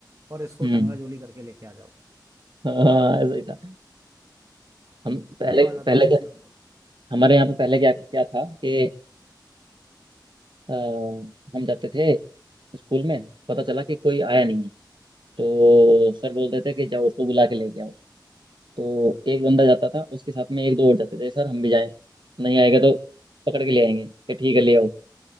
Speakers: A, on the right; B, on the right.
A: और इसको
B: हम्म
A: टंगाजोली करके लेके आ जाओ
B: हाँ ऐसा ही था हम पहले
A: ये वाला
B: पहले
A: तो सिस्टम
B: क्या
A: बहुत
B: हमारे यहाँ पे पहले क्या क्या था कि अ, हम जाते थे स्कूल में पता चला कि कोई आया नहीं है तो सर बोलते थे कि जाओ उसको बुला के लेके आओ तो एक बंदा जाता था उसके साथ में एक दो और जाते थे सर हम भी जाएं नहीं आएगा तो पकड़ के ले आएंगे कि ठीक है ले आओ